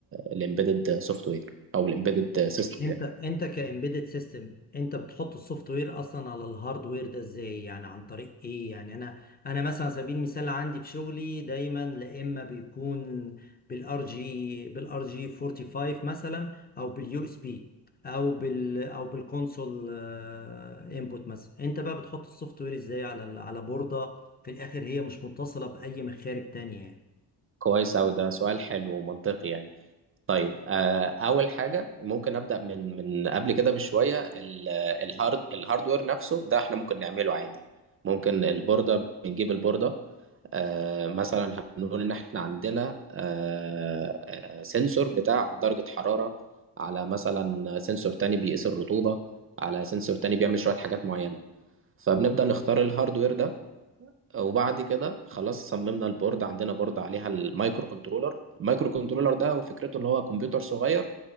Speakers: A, on the right; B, on the left.
A: الامبيدد سوفت وير او الامبيدد سيستم
B: انت
A: ده
B: انت كامبيدد سيستم انت بتحط السوفت وير اصلا على الهاردوير ده ازاي يعني عن طريق ايه يعني انا انا مثلا على سبيل المثال عندي في شغلي دايما لا اما بيكون بالار جي بالار جي 45 مثلا او باليو اس بي او بال او بالكونسول انبوت مثلا انت بقى بتحط السوفت وير ازاي على ال- على بوردة في الاخر هي مش متصلة باي مخارج تانية يعني
A: كويس اوي ده سؤال حلو ومنطقي يعني طيب آه، اول حاجه ممكن ابدا من من قبل كده بشويه ال- الهارد الهاردوير نفسه ده احنا ممكن نعمله عادي ممكن البورده بنجيب البورده آه، مثلا هنقول ان احنا عندنا آه، آه، سنسور بتاع درجه حراره على مثلا سنسور تاني بيقيس الرطوبه على سنسور تاني بيعمل شويه حاجات معينه فبنبدا نختار الهاردوير ده وبعد كده خلاص صممنا البورد عندنا بورد عليها المايكرو كنترولر المايكرو كنترولر ده وفكرته اللي هو كمبيوتر صغير